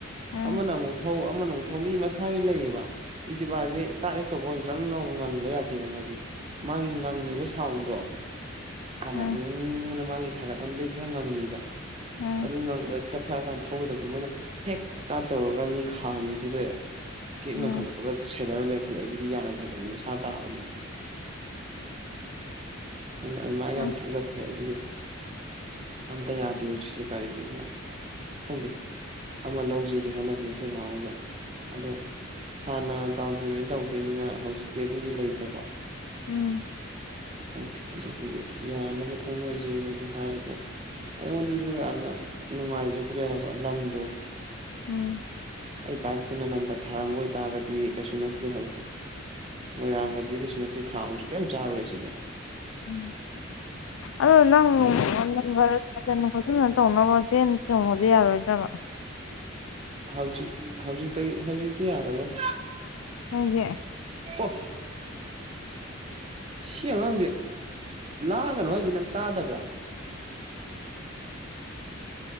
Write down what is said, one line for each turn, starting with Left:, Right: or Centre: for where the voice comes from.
Left: ꯑꯥ
Right: ꯑꯃꯅ ꯑꯃꯨꯛ ꯊꯧ ꯃꯅꯨꯡ ꯊꯣꯝꯃꯤ ꯃꯁꯥꯒꯤ ꯂꯩꯌꯦꯕ ꯏꯛꯇꯤꯕꯥꯁꯦ ꯏꯁꯇꯥꯔꯠ ꯍꯦꯛꯛꯇꯧꯕꯖꯪꯧꯅ ꯉꯪꯕ ꯌꯥꯗꯦꯕ ꯃꯥꯗꯤ ꯃꯥꯒꯤ ꯉꯪꯉꯤꯕ ꯁꯥꯎꯟꯗꯣ ꯍꯅ
Left: ꯑꯥ
Right: ꯎꯝ ꯅ ꯃꯥꯒꯤ ꯁꯥꯒꯠꯍꯟ ꯈꯔ ꯉꯪꯉꯤꯕ
Left: ꯑꯥ
Right: ꯑꯗꯨ ꯉꯥꯡꯕ ꯆꯞꯊꯔꯀꯥꯟꯗ ꯊꯧꯒꯗꯕꯗꯨꯣ ꯃꯣꯏꯅ ꯍꯦꯛ ꯏꯁꯇꯥꯔꯠ ꯇꯧꯔꯒ ꯃꯤ ꯈꯥꯝꯃꯤꯗꯨꯗ ꯀꯦꯛ
Left: ꯑꯥ
Right: ꯉꯪꯈꯠꯂꯛꯄꯒ ꯁꯦꯠꯔ ꯂꯩꯈꯠꯂꯛꯑꯦ ꯑꯗꯨꯗꯤ ꯌꯥꯗꯕꯁꯦ ꯃꯁꯥ ꯇꯥꯕꯅꯦꯕ ꯑꯗꯨꯃꯥꯏꯅ
Left: ꯑꯥ
Right: ꯌꯥꯝ ꯊꯧꯂꯠꯈ꯭ꯔꯦ ꯑꯗꯨꯒꯤ ꯑꯝꯇ ꯌꯥꯗꯦ ꯍꯧꯖꯤꯛꯁꯦ ꯒꯥꯔꯤꯁꯦ ꯑꯗꯨꯅ ꯈꯪꯗꯦ ꯑꯃ ꯂꯧꯁꯤꯗꯦ ꯍꯥꯏꯅꯕꯅꯦ ꯑꯩꯈꯣꯏ ꯚꯥꯎꯣꯏꯒ ꯑꯗꯣ ꯍꯥꯟꯅ ꯗꯥꯎꯟ ꯄꯦꯃꯦꯟ ꯇꯧꯗꯣꯏꯅꯤꯅ ꯍꯧꯖꯤꯛꯇꯤ ꯑꯗꯨꯒꯤ ꯂꯩꯇꯕ
Left: ꯎꯝ
Right: ꯈꯪꯗꯦ ꯑꯗꯨꯗꯨꯒꯤ ꯌꯥꯅꯕ ꯊꯧꯅꯁꯅꯗꯤ ꯍꯥꯏ ꯑꯗꯣ ꯑꯩꯉꯣꯟꯗꯁꯨ ꯌꯥꯝꯅ ꯅꯨꯡꯉꯥꯏꯖꯗ꯭ꯔꯦ ꯍꯥꯏꯕ ꯂꯝꯗꯣ
Left: ꯎꯝ
Right: ꯑꯩ ꯕꯥꯏꯛꯇꯨꯅ ꯅꯝꯕ ꯊꯥꯔꯝꯕ ꯑꯣꯏꯇꯥꯔꯒꯗꯤ ꯀꯩꯁꯨ ꯅꯠꯇꯦ ꯍꯥꯏꯕ ꯃꯣꯏꯔꯥꯡꯒꯗꯗꯤ ꯀꯩꯁꯨ ꯅꯠꯇꯦ ꯊꯥꯁꯨꯛ ꯀꯩꯝ ꯆꯥꯔꯣꯏ ꯁꯤꯗꯤ
Left: ꯝ ꯑꯗꯣ ꯅꯪꯔ ꯐꯅ ꯐꯖꯅꯅ ꯇꯧꯅꯕ ꯆꯦꯟ ꯆꯣꯡꯉꯗꯤ ꯌꯥꯔꯣꯏꯗꯕ
Right: ꯍꯥꯎꯖꯤ ꯍꯧꯖꯤꯛꯇ ꯍꯧꯖꯤꯛꯇꯤ ꯌꯥꯔꯔꯣꯏ
Left: ꯍꯒꯤꯦ
Right: ꯑꯣ ꯁꯤ ꯑꯉꯥꯡꯁꯦ ꯂꯥꯡꯒꯅꯨ ꯑꯩꯁꯦ ꯅꯪ ꯇꯥꯗꯕ꯭ꯔꯥ